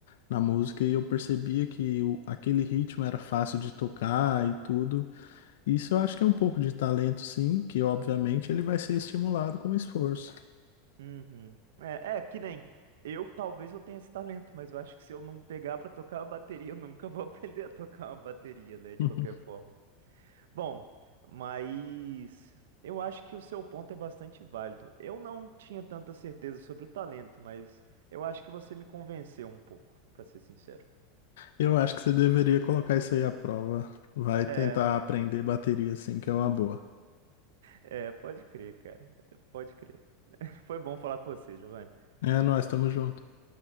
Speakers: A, on the left; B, on the right.
A: na música e eu percebia que o- aquele ritmo era fácil de tocar e tudo. Isso eu acho que é um pouco de talento, sim, que obviamente ele vai ser estimulado com esforço.
B: Uhum. É, é que nem eu, talvez eu tenha esse talento, mas eu acho que se eu não pegar pra tocar a bateria, eu nunca vou <laughs> aprender a tocar uma bateria, né? De
A: <laughs>
B: qualquer forma. Bom, mas eu acho que o seu ponto é bastante válido. Eu não tinha tanta certeza sobre o talento, mas eu acho que você me convenceu um pouco, pra ser sincero.
A: Eu acho que você deveria colocar isso aí à prova. Vai tentar
B: É,
A: aprender bateria, assim, que é uma boa.
B: é, pode crer, cara. Pode crer. <laughs> Foi bom falar com você, Giovanni.
A: É, nós estamos juntos.